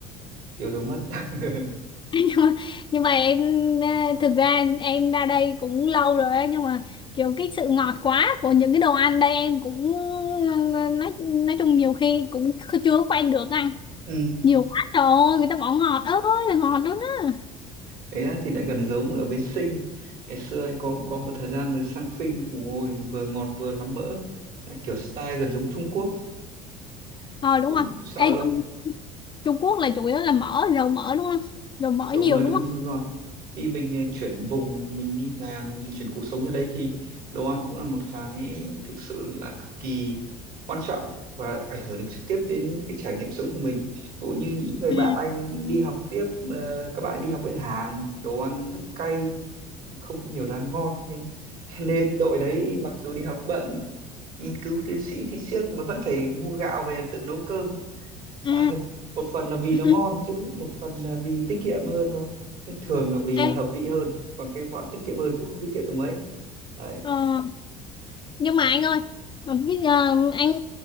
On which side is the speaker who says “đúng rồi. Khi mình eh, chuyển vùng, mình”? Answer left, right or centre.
Right